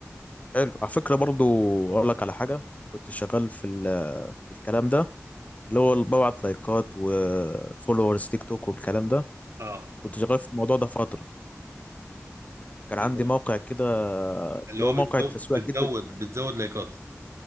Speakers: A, on the left; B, on the right.
A: حلو على فكره برضو اقول لك على حاجه كنت شغال في, ال... في الكلام ده اللي هو اللي ببعت لايكات وفولورز تيك توك والكلام ده
B: اه
A: كنت شغال في الموضوع ده فتره كان عندي
B: اللي هو
A: موقع كده
B: اللي
A: اللي
B: هو
A: هو موقع
B: بتزود
A: التسويق
B: بتزود
A: كده
B: بتزود لايكات